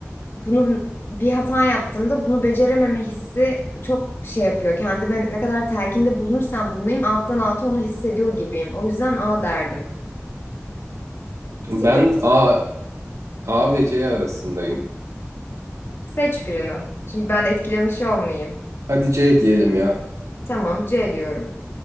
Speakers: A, on the left (about 50°); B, on the right (about 85°).
A: bunu bir hata yaptığımda bunu becerememe hissi çok şey yapıyor. Kendime ne kadar telkinde bulunursam bulunayım alttan alta onu hissediyor gibiyim. O yüzden A derdim.
B: Ben
A: Seç,
B: A, A ve C arasındayım.
A: seç birini. Şimdi ben etkilemiş olmayayım.
B: Hadi C diyelim ya.
A: Tamam C diyorum.